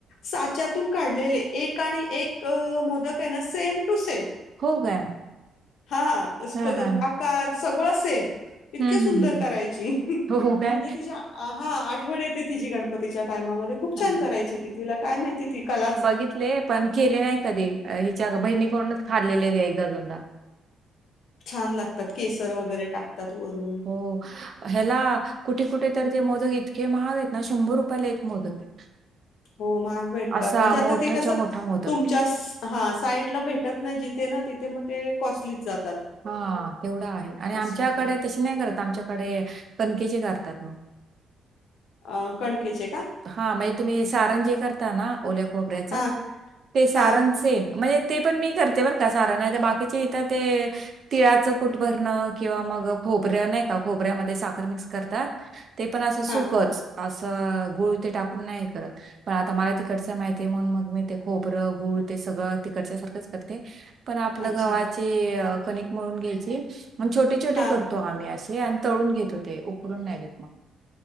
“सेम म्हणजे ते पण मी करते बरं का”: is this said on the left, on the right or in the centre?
Right